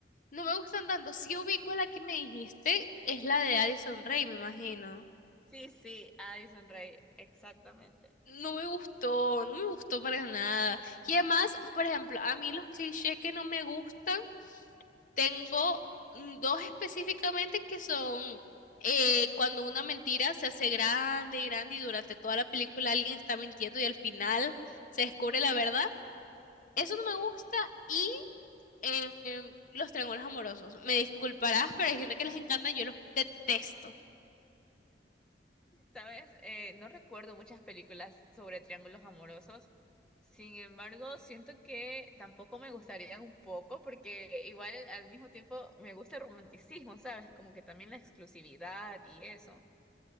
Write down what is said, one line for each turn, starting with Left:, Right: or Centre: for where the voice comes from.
Left: no me gustan tanto. Si ubico la que me dijiste, es la de Addison Rae, me imagino.
Centre: Sí, sí, Addison Rae, exactamente.
Left: No me gustó, no me gustó para nada. Y además, por ejemplo, a mí los clichés que no me gustan, tengo mm, dos específicamente que son eh, cuando una mentira se hace grande, grande y durante toda la película alguien está mintiendo y al final se descubre la verdad. Eso no me gusta y eh, em, los triángulos amorosos. Me disculparás, pero hay gente que les encanta, yo los detesto.
Centre: Sabes, Eh, no recuerdo muchas películas sobre triángulos amorosos. Sin embargo, siento que tampoco me gustaría un poco, porque igual al mismo tiempo me gusta el romanticismo, ¿sabes? Como que también la exclusividad y eso.